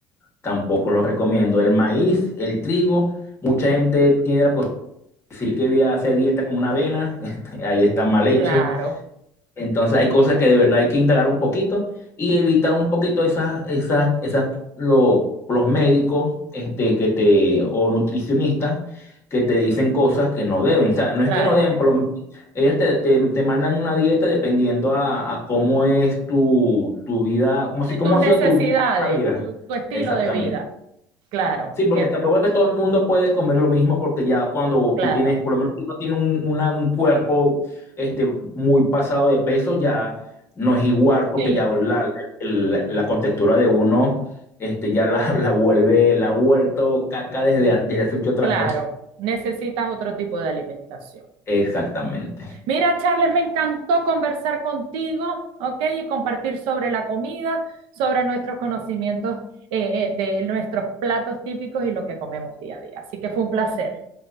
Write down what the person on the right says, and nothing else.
claro,
claro.
Y
tus necesidades,
tu, tu estilo
de vida, claro,
que,
claro,
sí,
claro.
Necesitas otro tipo de alimentación.
Mira, Charles, me encantó conversar contigo, ¿ok? Y compartir sobre la comida, sobre nuestros conocimientos eh, eh, de nuestros platos típicos y lo que comemos día a día. Así que fue un placer.